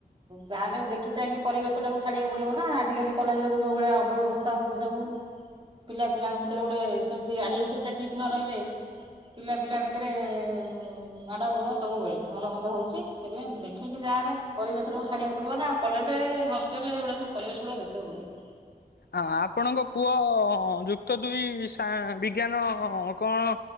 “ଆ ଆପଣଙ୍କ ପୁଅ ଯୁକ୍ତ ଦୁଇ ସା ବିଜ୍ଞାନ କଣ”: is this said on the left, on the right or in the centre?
Left